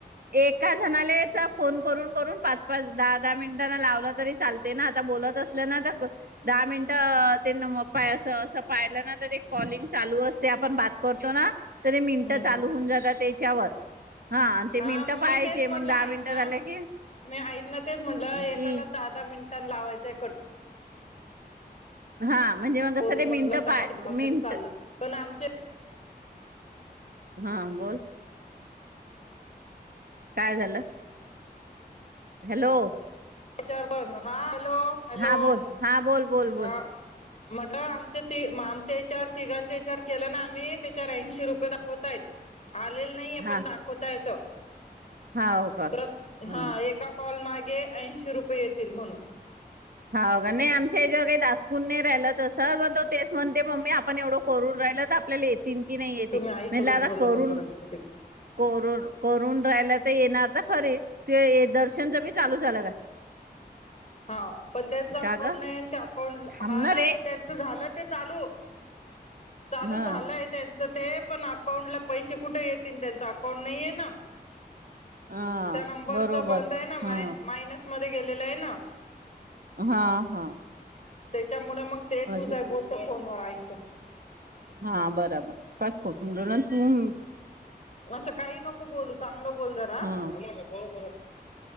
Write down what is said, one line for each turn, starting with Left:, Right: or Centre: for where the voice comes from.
Right: एका जणाला तर फोन करून करून पाच पाच दहा दहा मिनिटांना लावलं तरी चालते ना आता बोलत असल्या ना तर दहा मिनिटं अस असं पाहिलं ना तर एक कॉलिंग चालू असते. आपण बात करतो ना? तरी मिनटं
Left: हम्म
Right: चालू होऊन जातात त्याच्यावर हा आणि ते
Left: हा
Right: मिनटं
Left: मग
Right: पाहायचे
Left: मी तेच म्हटलं
Right: मग दहा
Left: आईंना
Right: मिनटं झाले की?
Left: मी आईंना तेच म्हटलं
Right: कि
Left: एकाला दहा दहा मिनिटां लावायचाय कट
Right: हा म्हणजे मग
Left: करून
Right: कसं ते मिनटं
Left: म्हटलं तर
Right: पाय
Left: म शिकव
Right: मिनट
Left: <unintelligible> तरी चाललं पण आमचे
Right: हा बोल काय झालं? हॅलो!
Left: याचावर बघ हा हॅलो! हॅलो
Right: हां बोल हां बोल बोल
Left: हा
Right: बोल
Left: म्हटलं आमच्या त आमच्या ह्याच्यावर तिघांच्या ह्याचावर केला ना आम्ही त्याच्यावर ऐंशी रुपये दाख होतायत, आलेल नाहीय आपण
Right: हा
Left: दाखवताय असं
Right: हाव का
Left: परत
Right: अ
Left: हा एका कॉल मागे ऐंशी रुपये येतील म्हणून
Right: हा का नाही आमच्या याच्यावर काही दासपून नाही राहिलं तसं तो तेच म्हणते मम्मी आपण एवढं करून राहिल तर आपल्याला येतील की नाही येतील
Left: तुम्ही आईसोबत
Right: म्हटलं आता
Left: बोला
Right: करून
Left: तोपर्यंत ते
Right: कर करून रायला तर येणार तर खरी ते दर्शनच बी चालू झालं ना
Left: हा पण त्यांचं
Right: का?
Left: अकाउंट
Right: का ग
Left: नाही ते अकाउंट
Right: थांबणार
Left: हा नाही
Right: रे
Left: त्यांचं झालं ते चालू चालू
Right: हा
Left: झालंय त्यांचं ते पण अकाउंट ला पैसे कुठे येतील त्यांच अकाउंट नाहीये ना
Right: हा
Left: त्या नंबरचा
Right: बरोबर
Left: बंद आहे ना मा
Right: हा
Left: मायनस मध्ये गेलेला आहे ना
Right: हा हा
Left: त्याच्यामुळे मग ते तू
Right: अजून
Left: जा आहे बोलत फोन व आईच्या
Right: हा बराबर काच राहायला <unintelligible> तुम
Left: असं काही नको बोलू चांगलं बोल जरा आ
Right: हा
Left: <unintelligible>